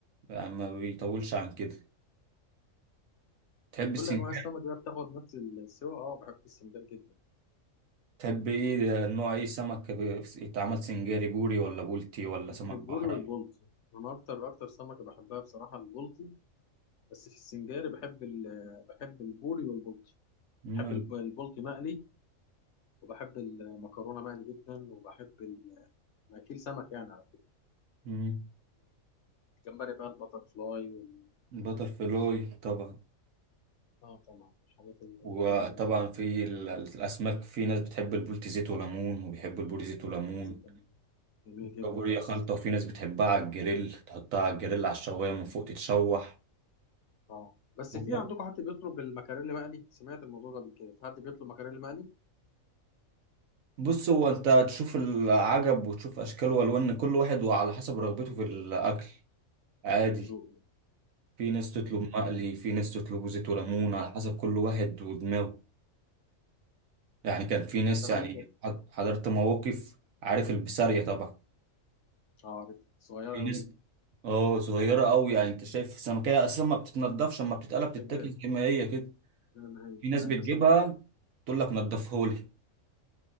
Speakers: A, on the right (about 80°); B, on the left (about 65°).
A: يعني ما بيطولش عن كده تحب السنجاب
B: كل انواع السمك بقى بتاخد نفس السوا اه بحب السنجال جدا
A: تحب ايه نوع ايه سمك ب- يتعمل سنجاري بوري ولا بولتي ولا سمك
B: البوري
A: بحر
B: والبلطي انا اكتر اكتر سمكه بحبها بصراحه البلطي بس في السنجاري بحب ال- بحب البوري والبلطي
A: مم.
B: بحب الب- البلطي مقلي وبحب المكرونه مقلي جدا وبحب ال- أنا اكيل سمك يعني على فكره
A: مم.
B: والجمبري بقى البتر فلاي وال...
A: بتر فلاي طبعا
B: اه طبعا الحاجات الجميله
A: وطبعا
B: دي
A: في ال- الاسماك في ناس بتحب البولتي زيت وليمون وبيحبوا البوري زيت وليمون
B: والزيت كمان. جميل جدا
A: كابوريا
B: برضه
A: خلطه
B: الزيت
A: وفي
B: كمان.
A: ناس بتحبها على الجريل تحطها على الجريل على الشوايه من فوق تتشوح
B: اه بس
A: هو
B: في عندكم حد بيطلب المكاريلي مقلي سمعت الموضوع ده قبل كده حد بيطلب مكاريلي مقلي
A: بص هو انت تشوف العجب وتشوف اشكال والوان كل واحد وعلى حسب رغبته في الاكل عادي
B: وذوق يعني.
A: في ناس تطلب
B: مم.
A: مقلي في ناس تطلب زيت وليمون على حسب كل واحد ودماغه يعني كان في ناس
B: انت بالك
A: يعني
B: قد
A: حد- حضرت مواقف عارف البسارية
B: إيه؟
A: طبعا
B: اه عارف صغيرة
A: في
B: أوي
A: ناس
B: دي
A: اه صغيرة قوي يعني انت شايف السمكية اساسا ما بتتنضفش اما بتتقلب
B: مفيهاش
A: بتتاكل زي ما هي كده
B: لا نهاية
A: في ناس
B: أيوة
A: بتجيبها
B: صحيح
A: تقول لك نضفهولي